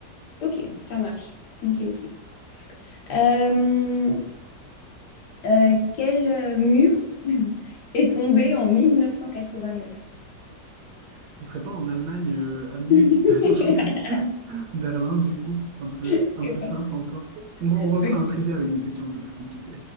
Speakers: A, on the left; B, on the right.
A: Ok, ça marche. Ok, ok. Euh, euh, quel euh, mur <laughs> est tombé en mille neuf cent quatre-vingt-neuf
B: Ce serait pas en Allemagne, euh, à
A: <laughs>
B: Munich?
A: Très
B: <laughs> Non, je rigole. Berlin, du coup. Un peu,
A: fort.
B: un peu simple encore. On, on
A: Ok.
B: refera un trivia avec des questions un peu plus compliquées.